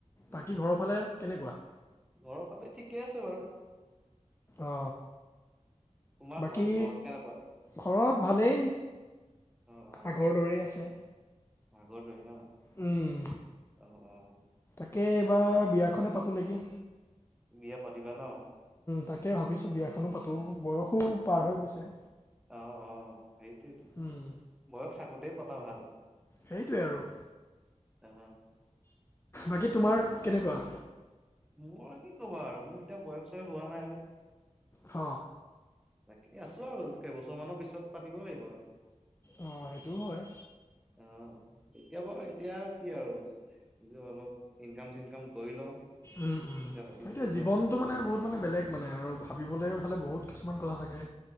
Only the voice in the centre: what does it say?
উম
ঘৰৰ ফালে ঠিকে আছে বাৰু।
তোমাৰ
কোৱা ঘৰত কেনেকুৱা
অ অ
আগৰ দৰেই ন।
অ অ।
বিয়া পাতিবা ন?
অ অ সেইটোৱেটো।
বয়স থাকোতেই পতা ভাল।
অ
মোৰ কি ক'বা আৰু মোৰ এতিয়া বয়স হোৱা নাই আৰু।
বাকী আছো আৰু কেইবছৰ মানৰ পিছত পাতিব লাগিব আৰু।
অ। অ এতিয়া বাৰু এতিয়া কি আৰু। এইবোৰ অলপ ইনকাম চিনকাম কৰি লওঁ।
পইচা
পাতি
ঘটি
লওঁ